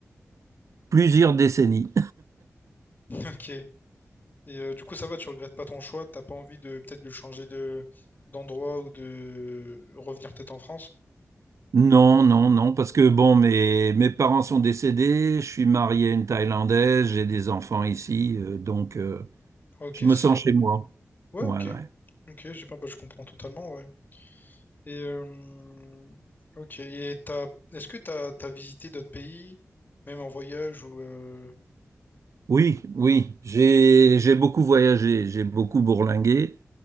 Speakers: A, on the right; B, on the left.
A: Plusieurs décennies.
B: <laughs> OK. Et euh, du coup, ça va, tu regrettes pas ton choix, t'as pas envie de peut-être de changer de d'endroit ou de revenir peut-être en France.
A: Non, non, non, parce que bon, mes, mes parents sont décédés, je suis marié à une Thaïlandaise, j'ai des enfants ici, euh, donc euh,
B: Ah, Ok,
A: je me
B: c'est.
A: sens chez moi.
B: Ouais,
A: Ouais,
B: ok.
A: ouais.
B: Ok, j'ai pas. bah, je comprends totalement, ouais. Et euh, ok. Et t'as est-ce que t'as t'as visité d'autres pays, même en voyage ou euh,
A: Oui, oui, j'ai j'ai beaucoup voyagé, j'ai beaucoup bourlingué